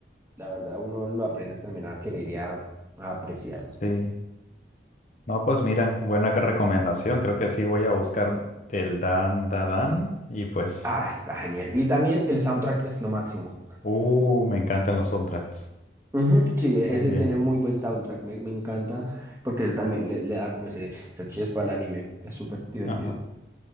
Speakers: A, on the right (about 15°); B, on the left (about 45°).
A: La verdad, uno lo aprende también a querer y a, a apreciar.
B: sí. No, pues mira, buena que recomendación. Creo que sí voy a buscar el Dan Dadan y pues,
A: Ah, está genial. Y también el soundtrack es lo máximo.
B: uh, me encantan los soundtracks
A: Ujú, sí, ese
B: también.
A: tiene muy buen soundtrack, me, me encanta, porque eso también le, le da como ese, esa chispa al anime, es súper divertido.
B: Ajá.